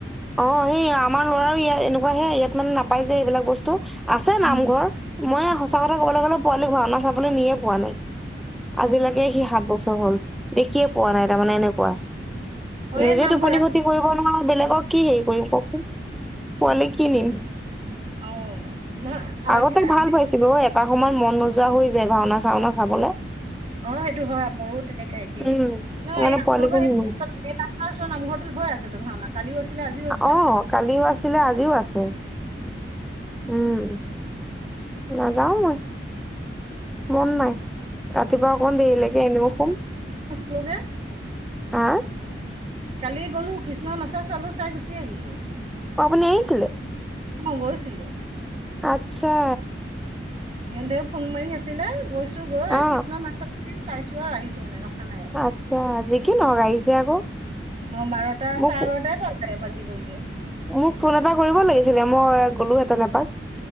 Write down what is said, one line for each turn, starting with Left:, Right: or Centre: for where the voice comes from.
Centre: অ সেই আমাৰ লৰাও ইয়াত এনেকুৱা হে ইয়াত মানে নাপায় যে এইবিলাক বস্তু। আছে নামঘৰ
Right: উম,
Centre: মই সঁচা কথা কবলৈ গ'লে পোৱালিক ভাওনা চাবলৈ নিয়ে পোৱা নাই। আজিলৈকে সি সাত বছৰ হল দেখিয়ে পোৱা নাই তাৰমানে এনেকুৱা।
Right: অ
Centre: নিজে
Right: এই নামঘৰ
Centre: টোপনি খতি কৰিব নোৱাৰো বেলেগক কি হেৰি কৰিম কওকচোন। পোৱালিক কি নিম,
Right: অ নহয় আগ
Centre: আগতে
Right: আমি
Centre: ভাল পাইছিলোঁ এটা সময় মন, যোৱা হৈ যায় ভাওনা চাওনা চাবলে।
Right: অ সেইটো হয় মোৰো তেনেকা একেই
Centre: উম সেইকাৰণে
Right: নহয় এই নহয় আপোনালোকৰ
Centre: পোৱালিকো
Right: হেৰি
Centre: নিনো
Right: তাৰপিছত নামঘৰটোত হৈ আছে তো ভাওনা। কালিও আছিলে আজিও আছে।
Centre: অ কালিও আছিলে আজিও আছে উম নাযাও মই। মন নাই ৰাতিপুৱা অকমান দেৰিলৈকে এনেও শুম।
Right: লোকে
Centre: আহ?
Right: কালি গ'লো কৃষ্ণ নচা চলো চাই গুচি আহিলো।
Centre: অ আপুনি আহিছিলে।
Right: অ গৈছিলো।
Centre: আচ্ছা।
Right: এহেতে ফোন মাৰি আছিলে গৈছো গৈ
Centre: অ
Right: কৃষ্ণ নাচাখিনি চাইছো আৰু আহিছো মানে। নাই আৰু
Centre: আচ্ছা যি কি নহওক আহিছে আকৌ
Right: অ বাৰটা
Centre: মোক
Right: চাৰে বাৰটাই পাল প্ৰায় বাজি গ'লগে।
Centre: মোক ফোন এটা কৰিব লাগিছিলে মই গ'লো হেঁতেন এপাক।